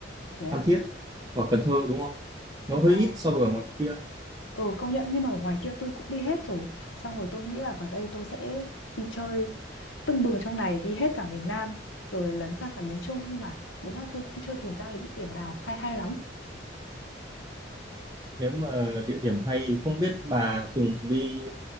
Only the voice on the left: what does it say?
thế à?
Ờ,
ờ công nhận nhưng mà ở ngoài kia tôi cũng đi hết rồi. Xong rồi tôi nghĩ là vào đây tôi sẽ đi chơi tưng bừng ở trong này, đi hết cả miền Nam, rồi lấn sang cả miền Trung. Nhưng mà đúng là tôi cũng chưa tìm ra cái địa điểm nào hay hay lắm.